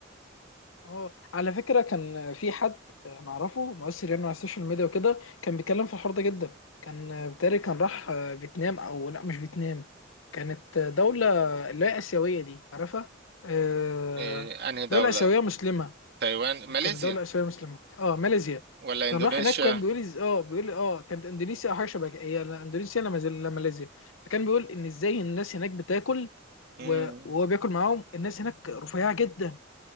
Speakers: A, on the left; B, on the right.
A: اه على فكرة كان في حد انا اعرفه مؤثر يعني على السوشيال ميديا وكده كان بيتكلم في الحوار ده جدا كان بتاري كان راح فيتنام او لا مش فيتنام كانت دولة اللي هي آسيوية دي عارفها آه،
B: إيه انهي دولة
A: دولة آسيوية مسلمة
B: تايوان ماليزيا
A: كانت دولة آسيوية مسلمة اه ماليزيا
B: ولا
A: كان
B: اندونيسيا
A: راح هناك كان بيقول إز- اه بيقول اه كانت اندونيسيا او حاجه شبه كده. هي لا اندونيسيا لا مازال- لا ماليزيا فكان بيقول ان ازاي الناس هناك بتاكل
B: مم.
A: و- وهو بياكل معاهم الناس هناك رفيعه جدا